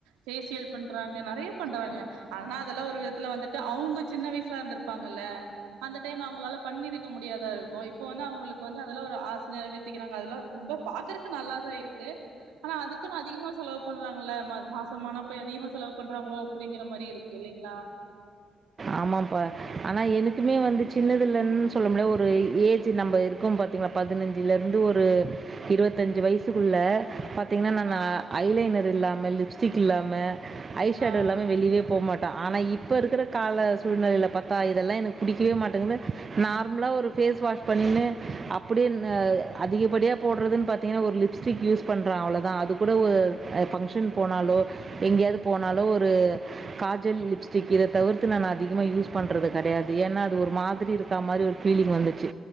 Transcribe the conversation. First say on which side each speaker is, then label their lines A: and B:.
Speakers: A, on the right; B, on the right.
A: ஃபேசியல் பண்றாங்க நெறைய பண்றாங்க ஆனா அதெல்லா ஒரு துல வந்துட்டு அவங்க சின்ன வயசுல இருந்துருப்பாங்கல்ல அந்த டைம் அவுங்குளால பண்ணிருக்க முடியாதா இருக்கு இப்ப வந்து அவுங்களுக் வந்து அதெல்லா ஒரு ஆச நெறவே கக்கிறாங்க அதெல்லாம் ரொம்ப பாக்குறதுக்கு நல்லாதான் இருக்கு ஆனா அதுக்குன் அதிகமா செலவு பண்றாங்கள மா மாசமான போய் அதிகமா செலவு பண்றாங்ளோ அப்புடிங்கிற மாரி இரு இல்லைங்ளா
B: ஆமாம்ப்பா ஆனா எனுக்குமே வந்து சின்னதில்லன் சொல்ல முடியாது ஒரு ஏஜு நம்ம இருக்கும் ப பிள்ங்ளா பதினஞ்சுல இருந்து ஒரு இருவத்தஞ்சு வய்சுக்குள்ள பத் பின்னென்னனா
A: ஆ
B: ஐலைனர் இல்லாம லிப்ஸ்டிக் இல்லாம ஐ ஷேடோ
A: ஆ
B: இல்லாம வெளிலே போ மாட்டா ஆனா இப்போ இருக்குற கால சூழ்நெலைல பாத்தா இதெல்லா எனக்கு புடிக்கவே மாட்டேங்குது நார்ம்லா ஒரு ஃபேஸ்வாஷ் பண்ணின்னு அப அப்டினு அதிகப்படியா போடுறதுன் பாத்தீங்கன்னா ஒரு லிப்ஸ்டிக் யூஸ் பண்றன் அவ்ளோதான் அது கூட ஒரு அது ஃபங்க்ஷன் போனாலோ எங்க்யாது போனாலோ ஒரு காஜல் லிப்ஸ்டிக் இத தவிர்த்து நான் அதிக யூஸ் பண்றது கெடையாது ஏனா அது ஒரு மாதிரி இருக்கா மாரி ஒரு ஃபீலிங் வந்துச்சு